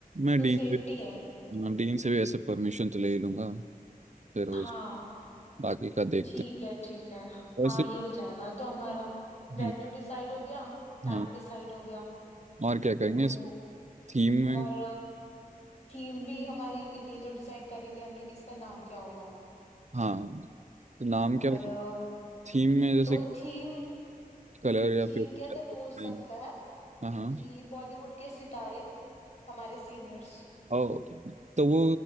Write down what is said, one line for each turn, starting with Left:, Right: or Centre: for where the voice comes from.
Right: मैं
Left: तो
Right: डीन
Left: सेफ्टी
Right: से
Left: है
Right: हाँ, डीन से भी ऐसे परमिशन तो ले ही लूँगा फिर उस
Left: हाँ
Right: बाकी का देखते
Left: ठीक है ठीक है हाँ
Right: हैं वैसे
Left: ये हो जाएगा तो हमारा वेन्यू
Right: हम्म,
Left: डिसाइड हो गया टाइम
Right: हाँ
Left: डिसाइड हो गया
Right: और क्या करेंगे
Left: तो
Right: इस थीम में
Left: और थीम भी हमारी ये तो डिसाइड कर ही लिया हमने कि इसका नाम क्या होगा
Right: हाँ तो नाम
Left: और
Right: क्या
Left: अ,
Right: थीम में जैसे
Left: तो थीम
Right: कलर या
Left: थीम
Right: फिर
Left: के अंदर हो
Right: पेन
Left: सकता है
Right: हाँ हाँ
Left: कि बॉलीवुड के सितारे हमारे सीनियर्स
Right: ओ तो वो